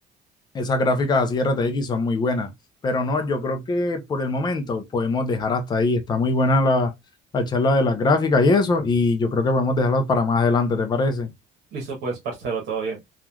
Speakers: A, on the left; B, on the right.
A: esas gráficas así RTX son muy buenas, pero no, yo creo que por el momento podemos dejar hasta ahí, está muy buena la, la charla de las gráficas y eso, y yo creo que podemos dejarlas para más adelante, ¿te parece?
B: Listo, pues, parcero, todo bien.